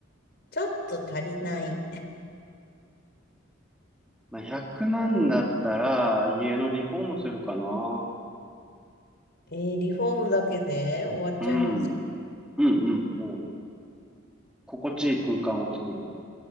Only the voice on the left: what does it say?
ちょっと足りない。
えー、リフォームだけで終わっちゃいます。